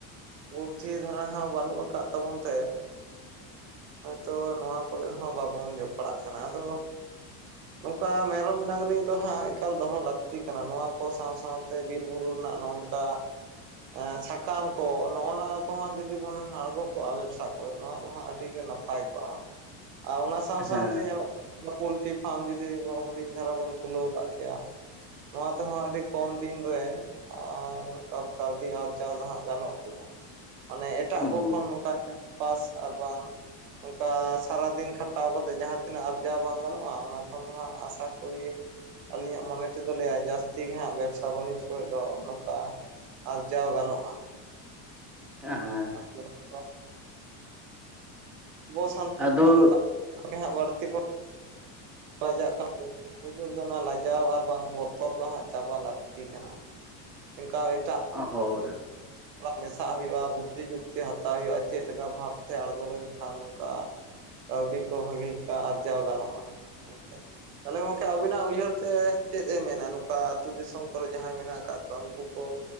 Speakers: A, on the right; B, in the centre.
A: ᱵᱩᱫᱽᱫᱷᱤ ᱫᱷᱟᱨᱟ ᱦᱚᱸ ᱵᱟᱹᱱᱩᱜ ᱟᱠᱟᱜ ᱛᱟᱵᱚᱱ ᱛᱮ ᱦᱚᱭᱛᱚ ᱱᱚᱣᱟ ᱠᱚᱨᱮᱜ ᱦᱚᱸ ᱵᱟᱵᱚᱱ ᱡᱚᱯᱟᱲᱟᱜ ᱠᱟᱱᱟ ᱟᱫᱚ
B: <inaudible>
A: ᱱᱚᱝᱠᱟ ᱢᱮᱨᱚᱢ ᱰᱟᱝᱨᱤ ᱫᱚ ᱦᱟᱸᱜ ᱮᱠᱟᱞ ᱫᱚᱦᱚ ᱞᱟᱹᱠᱛᱤ ᱠᱟᱱᱟ ᱱᱚᱣᱟ ᱠᱚ ᱥᱟᱶ ᱥᱟᱶᱛᱮ ᱵᱤᱨ ᱵᱩᱨᱩ ᱨᱮᱱᱟᱜ ᱱᱚᱝ ᱠᱟ ᱮᱸ ᱥᱟᱠᱟᱢ ᱠᱚ ᱱᱚᱜᱼᱚ ᱱᱚᱣᱟ ᱠᱚ ᱦᱟᱸᱜ ᱡᱩᱫᱤ ᱵᱚᱱ ᱟᱬᱜᱚ ᱠᱚᱜᱼᱟ ᱵᱮᱵᱽᱥᱟ ᱠᱚᱨᱮᱫ ᱱᱚᱣᱟ ᱫᱚᱦᱟᱸᱜ ᱟᱹᱰᱤ ᱜᱮ ᱱᱟᱯᱟᱭ ᱠᱚᱜᱼᱟ ᱾ ᱟ ᱚᱱᱟ ᱥᱟᱶ
B: ᱦᱮᱸ
A: ᱥᱟᱶᱛᱮ ᱧᱮᱞᱚᱜ ᱯᱳᱞᱴᱤ ᱯᱷᱟᱢ ᱡᱩᱫᱤ ᱵᱚ ᱦᱩᱰᱤᱧ ᱫᱷᱟᱨᱟ ᱵᱚᱱ ᱠᱷᱩᱞᱟᱹᱣ ᱠᱟᱜ ᱠᱮᱭᱟ ᱾ ᱱᱚᱣᱟ ᱛᱮᱦᱚᱸ ᱟᱹᱰᱤ ᱠᱚᱢ ᱫᱤᱱ ᱨᱮ ᱟᱨ ᱱᱚᱝᱠᱟ ᱠᱟᱹᱣᱰᱤ ᱟᱨᱡᱟᱣ ᱫᱚ ᱦᱟᱸᱜ ᱜᱟᱱᱚᱜ ᱜᱮᱭᱟ ᱢᱟᱱᱮ ᱮᱴᱟᱜ
B: ᱦᱩᱸ
A: ᱠᱚ ᱠᱷᱚᱱ ᱱᱚᱝᱠᱟ ᱪᱟᱥᱵᱟᱥ ᱟᱨ ᱵᱟᱝ ᱱᱚᱝᱠᱟ ᱥᱟᱨᱟᱫᱤᱱ ᱠᱷᱟᱴᱟᱣ ᱠᱟᱛᱮᱜ ᱡᱟᱦᱟᱸ ᱛᱤᱱᱟᱹᱜ ᱟᱨᱡᱟᱣ ᱵᱟᱝ ᱜᱟᱱᱚᱜᱼᱟ ᱚᱱᱟ ᱠᱷᱚᱱ ᱫᱚ ᱦᱟᱸᱜ ᱟᱥᱟ ᱠᱚᱨᱤ ᱟᱞᱤᱧᱟᱜ ᱢᱚᱱᱮ ᱛᱮᱫᱚ ᱞᱟᱹᱭᱟᱭ ᱡᱟᱹᱥᱛᱤ ᱜᱮ ᱦᱟᱸᱜ ᱵᱮᱵᱽᱥᱟ ᱵᱟᱱᱤᱡᱽ ᱠᱚᱨᱮ ᱫᱚ ᱱᱚᱝᱠᱟ ᱟᱨᱡᱟᱣ ᱜᱟᱱᱚᱜᱼᱟ᱾
B: ᱮᱦᱮᱸ
A: <inaudible> ᱵᱚ ᱥᱟᱱᱛᱟᱲ
B: ᱟᱫᱚ
A: ᱫᱚᱦᱟᱸᱜ <unintelligible> ᱵᱟᱹᱲᱛᱤ ᱵᱚ ᱞᱟᱡᱟᱜ <unintelligible> ᱞᱟᱡᱟᱣ ᱟᱨ ᱵᱟᱝ ᱵᱚᱛᱚᱨ ᱫᱚ ᱦᱟᱸᱜ ᱪᱟᱵᱟ ᱞᱟᱹᱠᱛᱤ ᱠᱟᱱᱟ᱾ ᱮᱝᱠᱟ ᱮᱴᱟᱜ
B: ᱦᱳᱭ᱾
A: ᱢᱮᱥᱟᱜ ᱦᱩᱭᱩᱜᱼᱟ ᱵᱩᱫᱽᱫᱷᱤ ᱡᱩᱠᱛᱤ ᱦᱟᱛᱟᱣ ᱦᱩᱭᱩᱜᱼᱟ ᱪᱮᱜ ᱞᱮᱠᱟ ᱵᱷᱟᱵᱽᱛᱮ ᱟᱬᱜᱚ ᱞᱮᱱᱠᱷᱟᱱ ᱱᱚᱝᱠᱟ ᱠᱟᱹᱣᱰᱤ ᱠᱚ ᱵᱷᱟᱜᱤ ᱞᱮᱠᱟ ᱟᱨᱡᱟᱣ ᱜᱟᱱᱚᱜᱼᱟ ᱦᱳᱭ ᱥᱮ᱾ ᱛᱟᱦᱞᱮ ᱜᱚᱝᱠᱮ ᱟᱵᱤᱱᱟᱜ ᱩᱭᱦᱟᱹᱨ ᱛᱮ ᱪᱮᱫ ᱮ ᱢᱮᱱᱟ ᱱᱚᱝᱠᱟ ᱟᱹᱛᱩ ᱫᱤᱥᱚᱢ ᱠᱚᱨᱮ ᱡᱟᱦᱟᱸᱭ ᱢᱮᱱᱟᱜ ᱠᱟᱜ ᱠᱚᱣᱟ ᱩᱱᱠᱩ ᱠᱚ